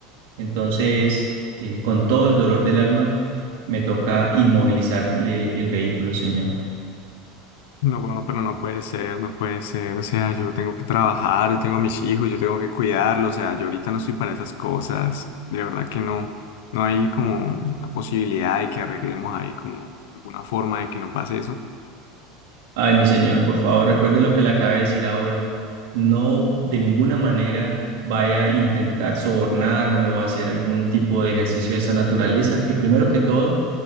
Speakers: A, on the right; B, on the left.
A: Entonces, eh, con todo el dolor del alma, me toca inmovilizarle el vehículo, señor.
B: No, bueno, pero no puede ser, no puede ser. O sea, yo tengo que trabajar, yo tengo a mis hijos, yo tengo que cuidarlos. O sea, yo ahorita no estoy para esas cosas. De verdad que no. No hay como una posibilidad de que arreglemos ahí como alguna forma de que no pase eso.
A: Ay, mi señor, por favor, recuerde lo que le acabo de decir ahora. No de ninguna manera vaya a intentar sobornarme o hacer algún tipo de ejercicio de esta naturaleza, que primero que todo